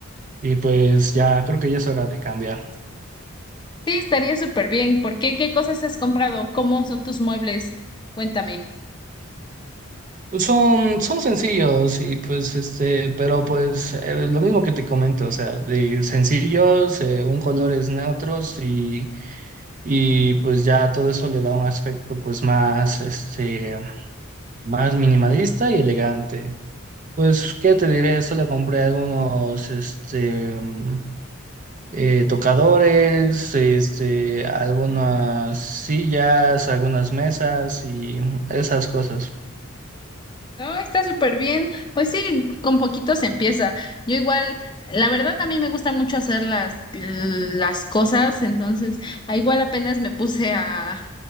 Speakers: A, on the right; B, on the left.
A: y pues ya creo que ya es hora de cambiar.
B: Sí, estaría súper bien. ¿Por qué? ¿Qué cosas has comprado? ¿Cómo son tus muebles? Cuéntame.
A: Son, son sencillos y pues este, pero pues eh, lo mismo que te comento, o sea, de sencillos, eh, un colores neutros y, y pues ya todo eso le da un aspecto pues más este, más minimalista y elegante. Pues, ¿qué te diré? Solo compré algunos, este, mm, eh, tocadores, este, algunas sillas, algunas mesas y esas cosas.
B: No, está súper bien. Pues sí, con poquito se empieza. Yo igual, la verdad a mí me gusta mucho hacer las, las cosas, entonces ah, igual apenas me puse a